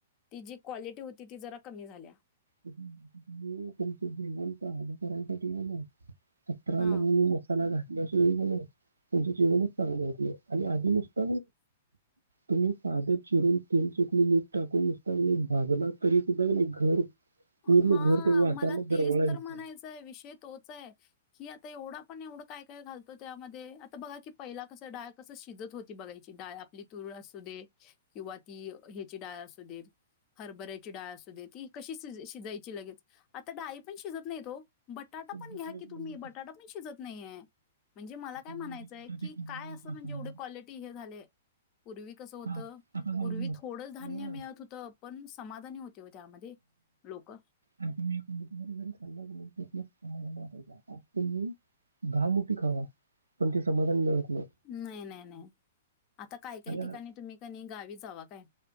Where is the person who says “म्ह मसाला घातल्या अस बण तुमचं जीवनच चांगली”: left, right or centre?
Right